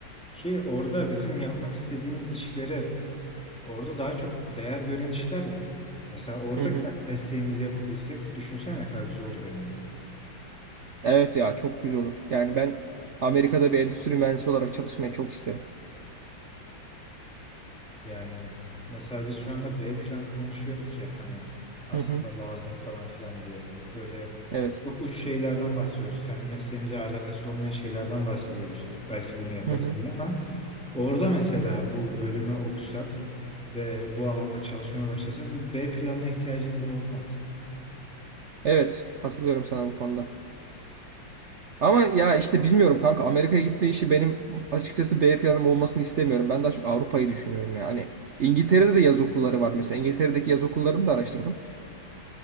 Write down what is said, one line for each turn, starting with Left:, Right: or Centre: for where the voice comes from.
Centre: Ki orada bizim yapmak istediğimiz işlere Orada daha çok değer gören işler ya. Mesela orada
Right: Hı hı.
Centre: kendi mesleğimizi yapabilsek düşünsene ne kadar güzel olur yani.
Right: Evet ya çok güzel olur. Yani ben Amerika'da bir endüstri mühendisi olarak çalışmayı çok isterim.
Centre: Yani mesela biz şu anda B planı konuşuyoruz ya hani aslında
Right: Hı hı.
Centre: lazım falan filan diye. Böyle
Right: Evet.
Centre: çok uç şeylerden bahsediyoruz. Kendi mesleğimize alakası olmayan şeylerden bahsediyoruz. Belki bunu yaparız
Right: Hı hı.
Centre: diye ama orada mesela bu bölümü okusak ve bu alanda çalışmaya başlasak bir B planına ihtiyacımız olmaz.
Right: Evet katılıyorum sana bu konuda. Ama ya işte bilmiyorum kanka Amerika'ya gitme işi benim açıkçası B planım olmasını istemiyorum. Ben daha çok Avrupa'yı düşünüyorum ya. Hani İngiltere'de de yaz okulları var mesela. İngiltere'deki yaz okullarını da araştırdım.